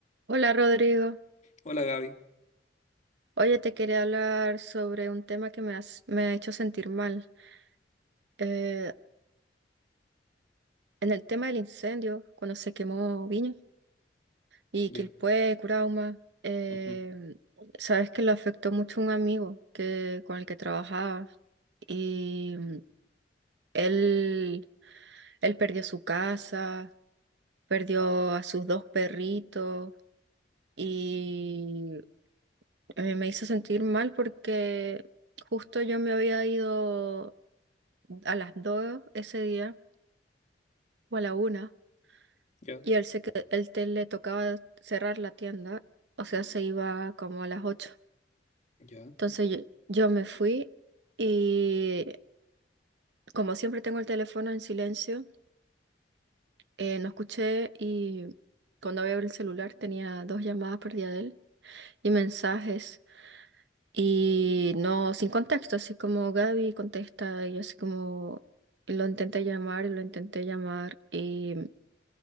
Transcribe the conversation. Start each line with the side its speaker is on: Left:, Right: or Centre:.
Right: Hola Rodrigo,
Left: Hola Gaby.
Right: oye, te quería hablar sobre un tema que me, has- me ha hecho sentir mal. Eh, en el tema del incendio, cuando se quemó Viña y
Left: Ya,
Right: Quilpué, Curauma, eh,
Left: Ujú.
Right: sabes que lo afectó mucho un amigo que, con el que trabajaba y mm, él, él perdió su casa, perdió a sus dos perritos y eh, me hizo sentir mal porque justo yo me había ido a las dos ese día o a la una
Left: ya,
Right: y él se que él te- le tocaba cerrar la tienda, o sea, se iba como a las ocho.
Left: ya.
Right: Entonces yo, yo me fui y como siempre tengo el teléfono en silencio, eh, no escuché y cuando abrí el celular tenía dos llamadas perdidas de él y mensajes. Y no, sin contexto, así como Gaby contesta, y yo así como lo intenté llamar y lo intenté llamar y